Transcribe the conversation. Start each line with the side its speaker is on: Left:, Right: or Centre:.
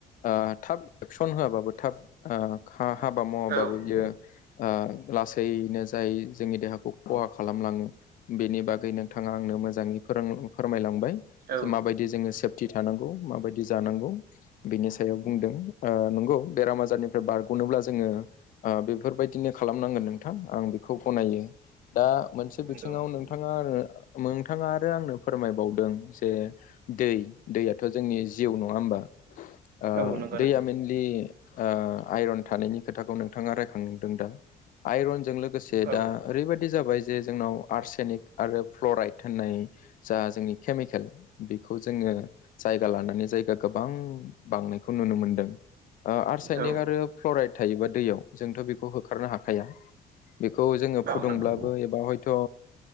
Left: ओ-थाब एक्सन होआबाबो थाब ओ-खा-हाबा मावाबाबो
Right: औ
Left: बियो ओ-लासैनो जाय जोंनि देहाखौ खहा खालामलाङो बेनि बागै नोंथाङा आंनो मोजाङै फोरों-फोरमायलांबाय
Right: औ
Left: जे माबायदि जोङो सेफटि थानांगौ खौ माबायदि जानांगौ। बिनि सायाव बुंदों ओ-नंगौ बेराम आजारनिफ्राय बारग'नोब्ला जोङो ओ-बेफोरबायदिनो खालामनांगोन नोंथां आं बेखौ गनायो। दा मोनसे
Right: नंगौ
Left: बिथिङाव नोंथाङा-नोंथाङा आरो आंनो फोरमायबावदों जे दै दैयाथ' जोंनि जिउ नङा होमबा ओ-दैया
Right: औ नंगौ नोंथां
Left: मेइनलि ओ-आइरन थानायनि खोथाखौ नोंथाङा रायखांदों दा आइरनजों लोगोसे
Right: औ
Left: दा ओरैबायदि जाबाय जे जोंनाव आर्सेनिक आरो फ्लराइद होननाय जा जोंनि केमिकेल बेखौ जोङो जायगा लानानै जायगा गोबां बांनायखौ नुनो मोनदों। ओ-आर्शयनिक
Right: औ
Left: आरो फ्लराइड थायोबा दैयाव जोंथ' बेखौ होखारनो हाखाया। बेखौ जोङो फुदुंब्लाबो
Right: नंगौ
Left: एबा हयथ'